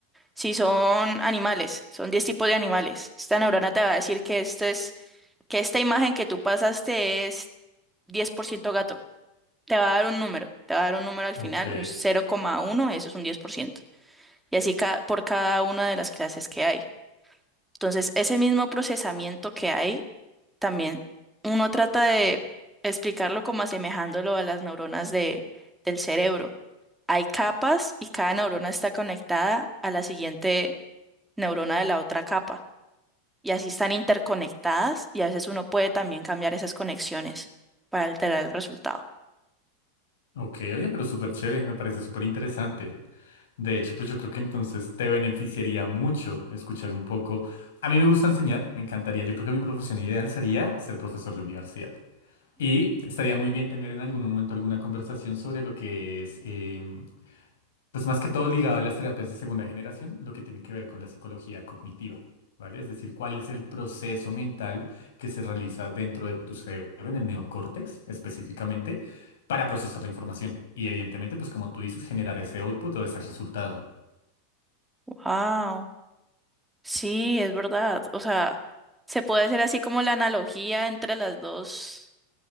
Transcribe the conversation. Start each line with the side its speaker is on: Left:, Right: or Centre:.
Centre: si son animales, son 10 tipos de animales. Esta neurona te va a decir que esto es, que esta imagen que tú pasaste es 10% gato. Te va a dar un número, te va a dar un número al
Left: Ok,
Centre: final, un cero coma uno eso es un diez por ciento Y así ca- por cada una de las clases que hay. Entonces, ese mismo procesamiento que hay, también uno trata de explicarlo como asemejándolo a las neuronas de, del cerebro hay capas y cada neurona está conectada a la siguiente neurona de la otra capa. Y así están interconectadas y a veces uno puede también cambiar esas conexiones para alterar el resultado.
Left: ok, oye, pero súper chévere, me parece súper interesante. De hecho, pues yo creo que entonces te beneficiaría mucho escuchar un poco. A mí me gusta enseñar, me encantaría. Yo creo que mi profesión ideal sería ser profesor de universidad. Y estaría muy bien tener en algún momento alguna conversación sobre lo que es, eh, Pues más que todo ligado a las terapias de segunda generación, lo que tiene que ver con la psicología cognitiva, ¿vale? Es decir, cuál es el proceso mental que se realiza dentro de tu cerebro, en el neocórtex específicamente, para procesar la información. Y evidentemente, pues como tú dices, generar ese output o ese resultado.
Centre: Wow, sí, es verdad. O sea, se puede hacer así como la analogía entre las dos,